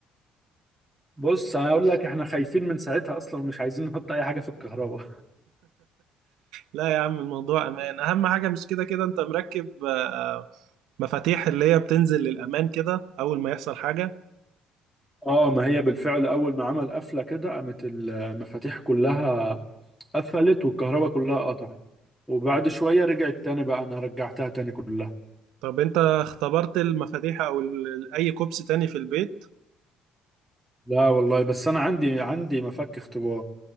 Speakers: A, in the centre; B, on the right.
A: بص انا اقول لك احنا خايفين من ساعتها اصلا ومش عايزين نحط اي حاجة في الكهرباء
B: لا يا عم الموضوع امان اهم حاجه مش كده كده انت مركب آه، مفاتيح اللي هي بتنزل للامان كده اول ما يحصل حاجه
A: <laughs> اه ما هي بالفعل اول ما عمل قفلة كده قامت المفاتيح كلها قفلت والكهرباء كلها قطعت وبعد شوية رجعت تاني بقى انا رجعتها تاني كلها
B: طب انت اختبرت المفاتيح او ال- اي كوبس تاني في البيت
A: لا والله بس انا عندي عندي مفك اختبار